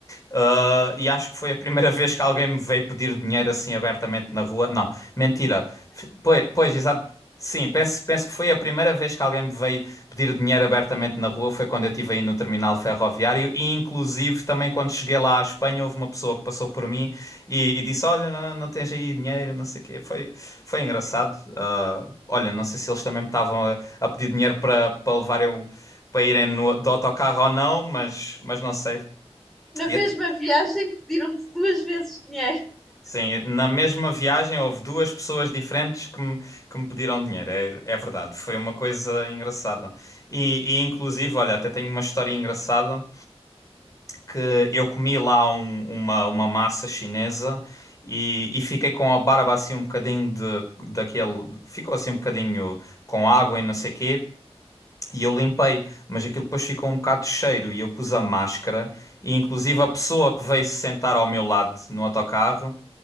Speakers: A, on the left (about 30°); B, in the centre.
A: Uh, e acho que foi a primeira <laughs> vez que alguém me veio pedir dinheiro assim abertamente na rua. Não, mentira. F- Pois, pois exato. Sim, penso, penso que foi a primeira vez que alguém me veio pedir dinheiro abertamente na rua. Foi quando eu estive aí no terminal ferroviário. E inclusive também quando cheguei lá à Espanha, houve uma pessoa que passou por mim e, e disse: Olha, não, não tens aí dinheiro, não sei o quê. Foi, foi engraçado. Uh, olha, não sei se eles também me estavam a, a pedir dinheiro para para levarem o- para irem no, do autocarro ou não, mas, mas não sei.
B: Na
A: E
B: mesma
A: at-
B: viagem pediram-te duas vezes dinheiro,
A: Sim, na mesma viagem houve duas pessoas diferentes que me, que me pediram dinheiro, é, é verdade, foi uma coisa engraçada. E, e, inclusive, olha, até tenho uma história engraçada que eu comi lá um- uma, uma massa chinesa e, e fiquei com a barba assim um bocadinho de, daquele, ficou assim um bocadinho com água e não sei quê. E eu limpei, mas aquilo depois ficou um bocado de cheiro e eu pus a máscara e inclusive a pessoa que veio se sentar ao meu lado no autocarro